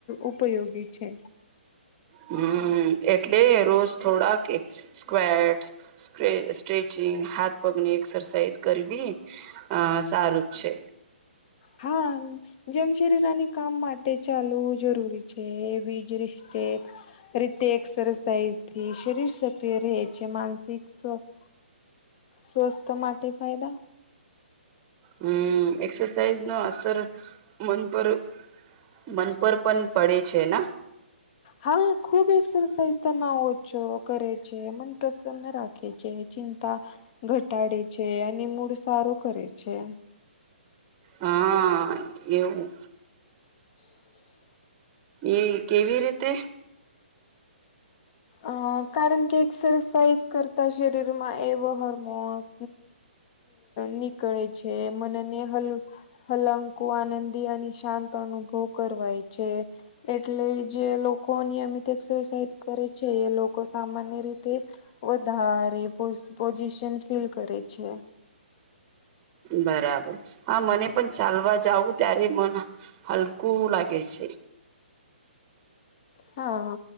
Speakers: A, on the left; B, on the right.
A: ઉપયોગી છે
B: હમ એટલે રોજ થોડા કે સ્ક્વેટ સ્ટ્રેચિંગ હાથ પગની એક્સરસાાઈઝ કરવી અ સારું જ છે
A: હા જેમ શરીરની કામ માટે ચાલવું જરૂરી છે બીજ રિતે રીતે એક્સરસાઇઝથી શરીર સક્રિય રહે છે માનસિક સ્વસ્થ સ્વસ્થ માટે ફાયદા
B: હમ એક્સરસાઇઝ નો અસર મન પર મનપર પણ પડે છે ને
A: હા ખૂબ એક્સરસાઇઝ તના આવ છો કરે છે મન પ્રસન્ન રાખે છે ચિં ઘટાડે છે અને મૂળ સારો કરે છે
B: હા એવું
A: <inaudible>
B: એ કેવી રીતે
A: અ કારણ કે એક્સરસાઇઝ કરતા શરીરમાં એવો હોર્મોન્સ નીકળે છે મનેને હલ હલંકુ આનંદી અને શાંત અનુભવ કરવાય છે એટલે જે લોકો નિયમિત એક્સરસાઇઝ કરે છે એ લોકો સામાન્ય રીતે વધારે પો પોઝિશન ફીલ કરે છે
B: બરાબર હા મને પણ ચાલવા જાવું ત્યારે મ હલકુ લાગે છે.
A: હા